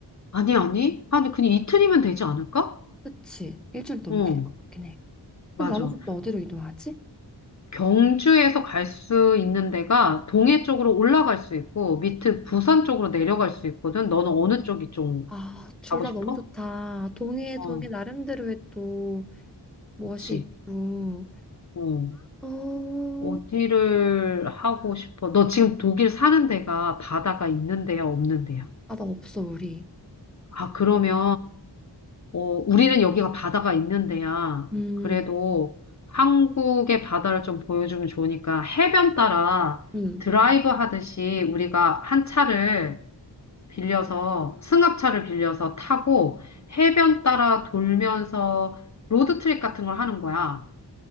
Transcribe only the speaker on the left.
아니, 아니. 아니, 그냥 이틀이면 되지 않을까?
어,
맞아.
경주에서 갈 수 있는 데가 동해 쪽으로 올라갈 수 있고 밑에 부산 쪽으로 내려갈 수 있거든. 너는 어느 쪽이 좀
가고
싶어?
어,
그치.
어,
어디를 하고 싶어? 너 지금 독일 사는 데가 바다가 있는 데야, 없는 데야?
아, 그러면 어, 우리는 여기가 바다가 있는 데야.
그래도 한국의 바다를 좀 보여주면 좋으니까 해변 따라
드라이브 하듯이 우리가 한 차를 빌려서 승합차를 빌려서 타고 해변 따라 돌면서 로드트립 같은 걸 하는 거야.